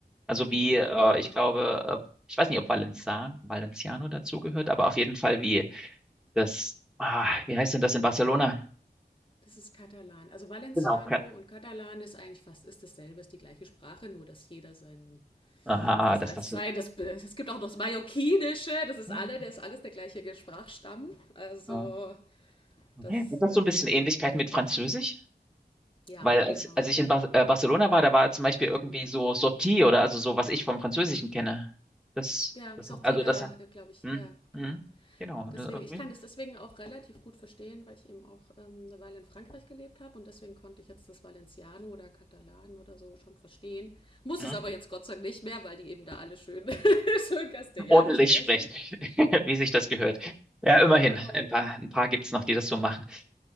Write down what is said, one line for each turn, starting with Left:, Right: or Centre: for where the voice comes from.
Centre: Also
Left: ah
Centre: wie,
Left: ja.
Centre: äh,
Left: Mhm.
Centre: ich glaube, äh, ich weiß nicht, ob Valenzan, Valenciano dazugehört, aber auf jeden Fall wie das, ah, wie heißt denn das in Barcelona?
Left: Das ist Katalan. Also Valenciano
Centre: Genau.
Left: und Katalan ist eigentlich fast ist dasselbe, ist die gleiche Sprache, nur dass jeder sein
Centre: Ah,
Left: das
Centre: dass
Left: als
Centre: das,
Left: sein. Das, es gibt auch noch das Mallorquinische, das ist
Centre: so,
Left: alle, der ist alles der gleiche Sprachstamm. Also
Centre: ah, okay.
Left: das
Centre: Hat das
Left: ähm,
Centre: so ein bisschen Ähnlichkeit mit Französisch?
Left: Ja,
Centre: Weil als,
Left: genau.
Centre: als ich in Bar äh, Barcelona war, da war zum Beispiel
Left: Mhm.
Centre: irgendwie so Sortie oder also so, was ich vom Französischen kenne. Das,
Left: Ja,
Centre: das,
Left: ist auch
Centre: also
Left: Tida,
Centre: das hat,
Left: glaube ich.
Centre: hm,
Left: Ja, genau.
Centre: hm, genau, ne,
Left: Deswegen,
Centre: irgendwie,
Left: ich kann das deswegen auch relativ gut verstehen, weil ich eben auch ähm, eine Weile in Frankreich gelebt habe und deswegen konnte ich jetzt das Valenciano oder Katalan oder so schon verstehen. Muss
Centre: hm,
Left: es aber jetzt Gott sei Dank nicht mehr, weil die eben da alle schön, <laughs> schön Castellano
Centre: ordentlich
Left: sprechen.
Centre: sprechen, <laughs> wie sich das gehört. Ja, immerhin,
Left: Genau.
Centre: ein paar, ein paar gibt's noch, die das so machen.